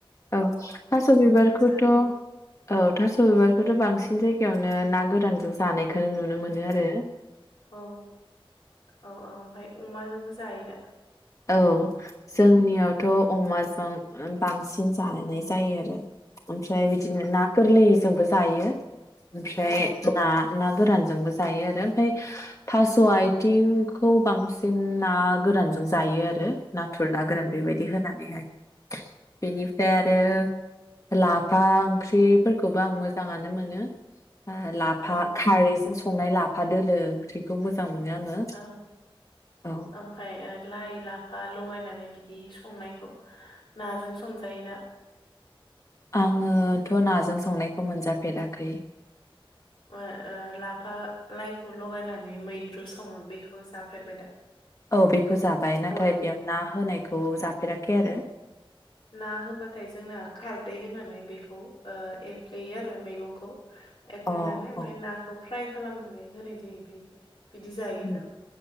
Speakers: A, on the left; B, on the left.
A: औ थास' बिबारखौथ'
B: होयो
A: औ थास' बिबारखौथ' बांसिन जायगायावनो ना गोरानजों जानाय। खो नुनो मोनो आरो
B: औ औ औ ओमफ्राय अमाजोंबो जायोदा?
A: औ जोंनियाव। थ' अमाजों बांसिन जानाय जायो आरो ओमफ्राय बिदिनो ना गोरलैजोंबो जायो। ओमफ्राय
B: औ
A: ना। ना गोरानजोंबो जायो आरो ओमफ्राय थास' आथिंखौ बांसिन ना गोरानजों जा जायो आरो ना। थुरना गोरान बेबायदि
B: उम
A: होनानैहाय बेनिफ्राय
B: औ
A: आरो लाफा ओंख्रिफोरखौबो आं मोजाङानो मोनो। लाफा
B: औ
A: खारैजों संनाय लाफा दोलो ओंख्रिखौ मोजां मोनो आङो
B: औ
A: औ
B: ओमफ्राय ओ लाइ लाफा लगायनानै बिदि संनायखौ नाजों संजायो दा?
A: आङोथ' नाजों संनायखौ मोनजाफेराखै।
B: ओ ओ लाफा लाइखौ लगायनानै मैद्रु सङो बेखौ जाफेरबाय दा?
A: औ बे। खौ जाबाय नाथाय
B: बयल
A: बेयाव ना होनायखौ जाफेराखै आरो।
B: ना होबाथाय जोंना खारदै होनानै बेखौ एफ्लेयो आरो मैगंखौ। एफ्लेनानै
A: अ
B: ओमफाय
A: अ
B: नाखौ। फ्राय खालामनानै होनाय जायो बे। बिदि जायो
A: ओम
B: जों